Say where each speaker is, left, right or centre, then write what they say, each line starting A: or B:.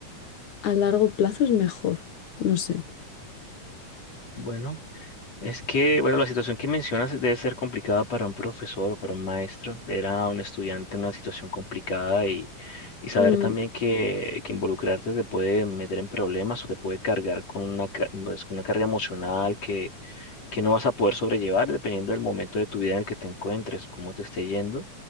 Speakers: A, on the left; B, on the left.
A: a largo plazo es mejor, no sé.
B: Bueno, es que, bueno, la situación que mencionas debe ser complicada para un profesor o para un maestro, ver a un estudiante en una situación complicada y, y saber
A: Mm.
B: también que, que involucrarte te puede meter en problemas o te puede cargar con una, ca- pues, con una carga emocional que que no vas a poder sobrellevar dependiendo del momento de tu vida en el que te encuentres, cómo te esté yendo.